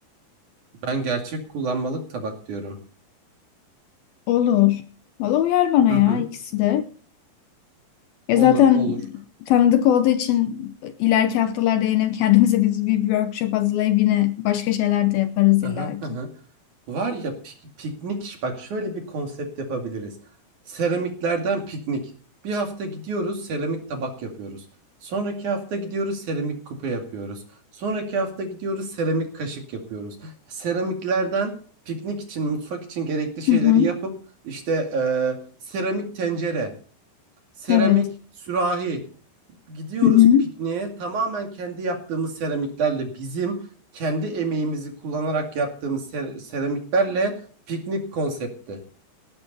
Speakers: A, on the right (about 50°); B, on the left (about 75°).
A: Ben gerçek kullanmalık tabak diyorum.
B: Olur. Valla uyar bana
A: Hı
B: ya
A: hı.
B: ikisi de. Ya
A: Olur,
B: zaten
A: olur.
B: tanıdık olduğu için ileriki haftalarda yine kendimize biz bir workshop hazırlayıp yine başka şeyler de yaparız
A: Hı
B: illaki.
A: hı. Hı hı. Var ya pik- piknik bak şöyle bir konsept yapabiliriz. Seramiklerden piknik. Bir hafta gidiyoruz seramik tabak yapıyoruz. Sonraki hafta gidiyoruz seramik kupa yapıyoruz. Sonraki hafta gidiyoruz seramik kaşık yapıyoruz. Seramiklerden piknik için mutfak için gerekli şeyleri
B: Hı hı.
A: yapıp işte eee, seramik tencere, seramik
B: Evet.
A: sürahi, gidiyoruz
B: Hı hı.
A: pikniğe tamamen kendi yaptığımız seramiklerle bizim kendi emeğimizi kullanarak yaptığımız ser- seramiklerle piknik konsepti.